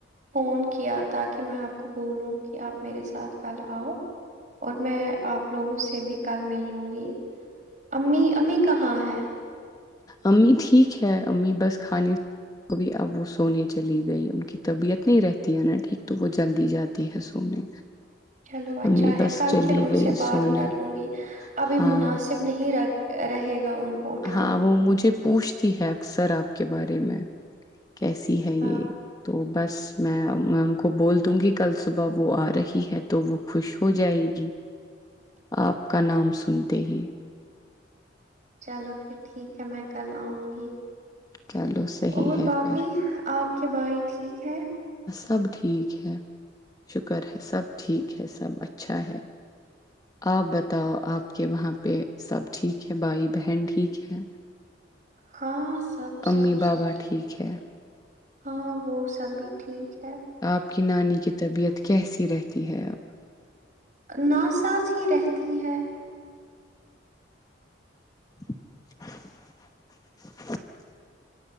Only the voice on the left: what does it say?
امی ٹکھیک ہے امی بس کھانے بھی اب وہ سونے چلی گئی ان کی طبیعت نہیں رہتی ہے نا ٹھیک تو وہ جلدی جاتی ہے سونے
امی
بس
چلی
گئی
سونے
ہاں
ہاں وہ مجھے پوچھتی ہے اکثر آپ کے بارے میں کیسی ہے
یہ تو بس میں میں ان کو بول دوں گی کل صبح وہ آ رہی ہے تو وہ خوش ہو جائے گی آپ کا نام سنتے ہی
چلو صحیح
ہے
پھر
سب ٹھیک ہے شکر ہے سب ٹھیک ہے سب اچھا ہے آپ بتاؤ آپ کے وہاں پہ سب ٹھیک ہے بھائی بہن ٹھیک ہے
امی بابا
ٹھیک ہے
آپ کی نانی کی طبیعت کیسی رہتی ہے اب
<unintelligible>